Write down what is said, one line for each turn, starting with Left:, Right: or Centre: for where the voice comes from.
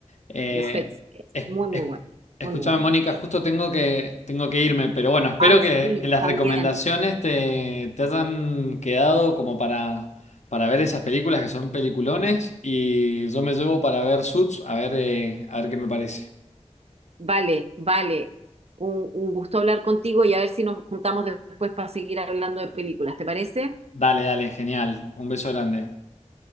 Left: Eh,
Right: The Suits es
Left: es-
Right: muy, muy
Left: es-
Right: buena.
Left: escúchame,
Right: Muy, muy buena.
Left: Mónica, justo tengo que, tengo que irme, pero bueno, espero
Right: Ay,
Left: que,
Right: sí,
Left: que las
Right: también.
Left: recomendaciones te, te hayan quedado como para, para ver esas películas que son peliculones y yo me llevo para ver Suits a ver, eh, a ver qué me parece.
Right: Vale, vale. Un, un gusto hablar contigo y a ver si nos juntamos después para seguir hablando de películas. ¿Te parece?
Left: Dale, dale, genial. Un beso grande.